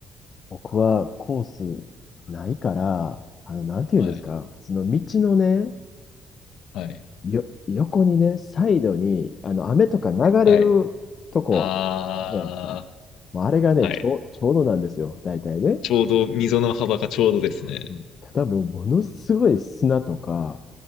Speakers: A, on the left; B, on the left.
A: 僕はコースないから、あの、なんていうんですか、
B: はい。
A: 普通の道のね、
B: はい。
A: よ、横にね、サイドに、あの、雨とか流れるとこ
B: はい。あ
A: じゃないですか。もうあれがね、
B: ー。はい。
A: ちょう、ちょうどなんですよ、大体ね。
B: ちょうど、溝の幅がちょうどですね。
A: そうそうただもうものすごい砂とか